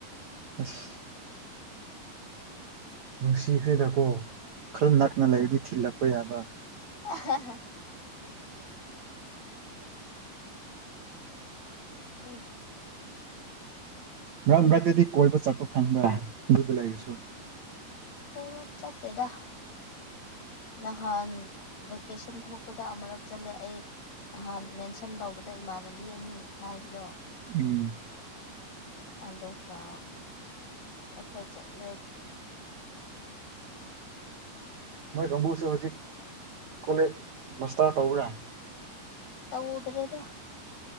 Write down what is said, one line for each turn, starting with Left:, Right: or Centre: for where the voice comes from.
Right: ꯑꯁ ꯅꯨꯡꯁꯤꯈ꯭ꯦꯗ ꯀꯣ ꯈꯔ ꯅꯛꯅ ꯂꯩꯔꯗꯤ ꯊꯤꯜꯂꯛꯄ ꯌꯥꯕ
Left: ꯑ ꯍꯥ ꯎꯝ
Right: ꯃꯔꯛ ꯃꯔꯛꯇꯗꯤ ꯀꯣꯏꯕ ꯆꯠꯄ ꯐꯪꯕ꯭ꯔꯥ ꯑꯗꯨꯗ ꯂꯩꯔꯁꯨ
Left: ꯑꯣ ꯆꯠꯇꯦꯗ ꯅꯍꯥꯟ ꯚꯦꯀꯦꯁꯟ ꯊꯣꯛꯄꯗ ꯑꯃꯛ ꯆꯠꯂꯦ ꯑꯩ ꯅꯍꯥꯟ ꯃꯦꯟꯁꯟ ꯇꯧꯕꯗ ꯏꯃꯥꯟꯅꯕꯤ ꯑꯅꯤ ꯍꯥꯏꯕꯗꯣ
Right: ꯎꯝ
Left: ꯑꯗꯨꯒ ꯑꯩꯈꯣꯏ ꯆꯠꯂꯦ
Right: ꯃꯣꯏ ꯀꯥꯡꯕꯨꯁꯨ ꯍꯧꯖꯤꯛ ꯀꯣꯂꯦꯖ ꯃꯥꯁꯇꯥꯔ ꯇꯧꯕ꯭ꯔꯥ
Left: ꯇꯧꯗ꯭ꯔꯦꯗ